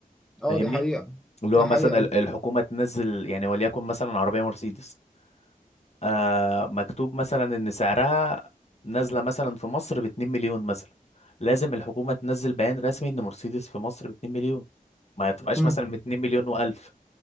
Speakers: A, in the centre; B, on the left (about 45°).
A: اه
B: فاهمني
A: دي حقيقة
B: اللي
A: دي
B: هو مثلا
A: حقيقة
B: ال- الحكومة تنزل يعني وليكن مثلا عربية مرسيدس آه مكتوب مثلا إن سعرها نازلة مثلا في مصر باتنين مليون مثلا لازم الحكومة تنزل بيان رسمي إن مرسيدس في مصر باتنين مليون ما تبقاش
A: مم.
B: مثلا باتنين مليون وألف